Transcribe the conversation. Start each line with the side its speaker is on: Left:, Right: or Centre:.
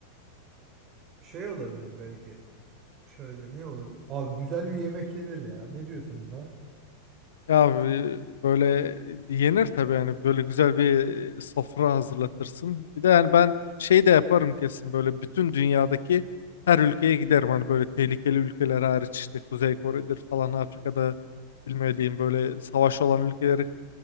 Right: Şey olabilir belki. Şöyle ne olabilir? Abi güzel bir yemek yenir ya. Ne diyorsun buna?
Left: Ya e, böyle yenir tabii yani böyle güzel bir sofra hazırlatırsın. Bir de yani ben şey de yaparım kesin böyle bütün dünyadaki her ülkeye giderim. Hani böyle tehlikeli ülkeler hariç işte Kuzey Kore'dir falan Afrika'da bilmediğim böyle savaş olan ülkeleri